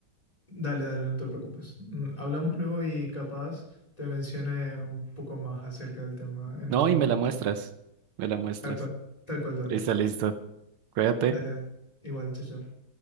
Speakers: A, on the left; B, on the right.
A: Dale, dale, no te preocupes. Mm, Hablamos luego y capaz te mencione un poco más acerca del tema en
B: No,
A: otro
B: y
A: momento.
B: me la muestras. Me la muestras.
A: Tal cual, tal cual, tal
B: Listo,
A: cual.
B: listo. Cuídate.
A: Dale, dale. Igual, chao, chao.